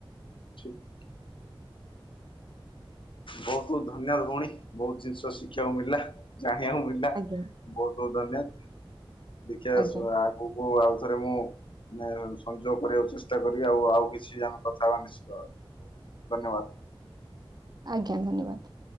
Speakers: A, on the left; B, on the right.
A: ଠିକ୍। ବୋହୁତ୍ ଧନ୍ୟ ଭଉଣୀ ବୋହୁତ୍ ଜିନିଷ ଶିଖିବାକୁ ମିଳିଲା। ଜାଣିବାକୁ ମିଳିଲା ବୋହୁତ୍
B: ଆଜ୍ଞା
A: ବୋହୁତ୍ ଧନ୍ୟବାଦ୍। ଦେଖିବା
B: ଆଜ୍ଞା
A: ଆସୁ ଆଗକୁ ଆଉ ଥରେ ମୁଁ ମା <unintelligible> ସହଯୋଗ କରିବାକୁ ଚେଷ୍ଟା କରିବି। ଆଉ ଆଉ କିଛି ଆମେ କଥା ହବା ନିଶ୍ଚିତ। ଧନ୍ୟବାଦ୍।
B: ଆଜ୍ଞା ଧନ୍ୟବାଦ୍।